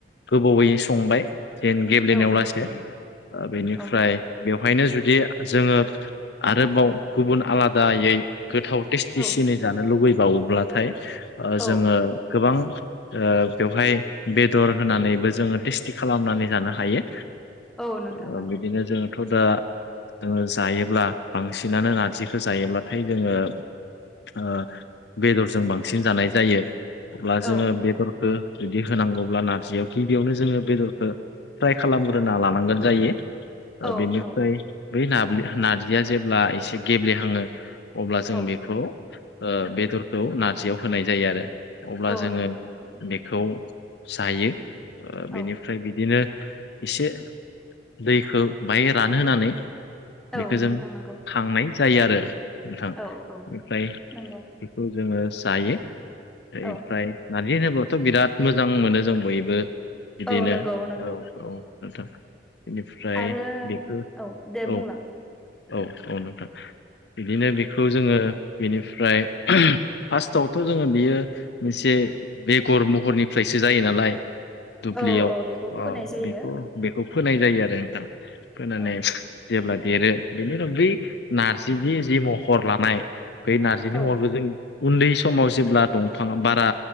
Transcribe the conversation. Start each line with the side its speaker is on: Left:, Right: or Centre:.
Left: गोबावै संबाय जेन गेब्लेनायाव
Centre: औ
Left: लासे
Centre: नोंथां नंगौ
Left: ओ बेनिफ्राय
Centre: औ
Left: बेवहायनो जुदि जोङो आरोबाव गुबुन आलादायै गोथाव सिटि
Centre: औ
Left: सिनै जानो लुुबैबावोब्लाथाय जोङो
Centre: औ
Left: गोबां ओ बेवहाय बेदर होनानैबो जोङो टेस्टि खालामनानै जानो हायो
Centre: औ नोंथां
Left: ओ
Centre: नंगौ
Left: बिदिनो जोंथ' दा जोङो जायोब्ला बांसिनानो नारजिखौ जायोब्लाथाय जोङो ओ बेदरजों बांसिन जानाय जायो अब्ला जोङो
Centre: औ नोंथां
Left: बेदरखौ
Centre: नंगौ
Left: जुदि होनांगौब्ला नारजियाव गिबियावनो जोङो बेदरखौ फ्राय खालामग्रोना लानांगोन जायो
Centre: औ
Left: बेनिफ्राय
Centre: औ
Left: बै नाबली नार्जिया जेब्ला एसे गेब्लेहाङो अब्ला जों
Centre: औ
Left: बेखौ ओ बेदरखौ नारजियाव होनाय जायो आरो अब्ला
Centre: औ
Left: जोङो
Centre: नोंथां नंगौ
Left: बेखौ जायो बेनिफ्राय
Centre: औ
Left: बिदिनो एसे दैखौ बाय रानहोनानै बेखौ
Centre: औ
Left: जों
Centre: नोंथां नंगौ
Left: खांनाय जायो आरो नोंथां
Centre: औ औ
Left: ओमफ्राय
Centre: नंगौ
Left: खौ जोङो जायो ओमफ्राय
Centre: औ
Left: नारजि होनोब्लाथ' बिराद मो मोजां मोनो जों बयबो बिदिनो
Centre: औ नंगौ नंगौ
Left: औ औ नोंथां बेनिफ्राय
Centre: आरो
Left: बेखौ
Centre: औ दे बुंलां
Left: औ औ औ नोंथां। बिदिनो बेखौ जोङो बेनिफ्राय फार्स्टआवथ' जोङो बियो मोसे बेगर महरनिफ्रायसो जायो नालाय। दुब्लियाव
Centre: औ औ बेखौ फोनाय
Left: अ
Centre: जायो
Left: बेखौ बेखौ फोनाय जायो आरो नोंथां फोनानै
Centre: औ
Left: जेब्ला देरो बेनि उनाव बै नारजिनि जि महर लानाय बै नारजिनि
Centre: औ
Left: महरखौ जों उन्दै समाव जेब्ला दंफां बारा